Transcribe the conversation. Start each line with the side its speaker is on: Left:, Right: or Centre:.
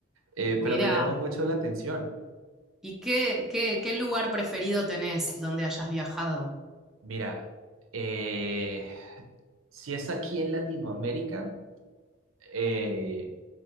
Right: Eh,
Centre: mira,
Right: pero me llama mucho la atención.
Centre: ¿y qué, qué, qué lugar preferido tenés donde hayas viajado?
Right: Mira, eh, si es aquí en Latinoamérica, eh,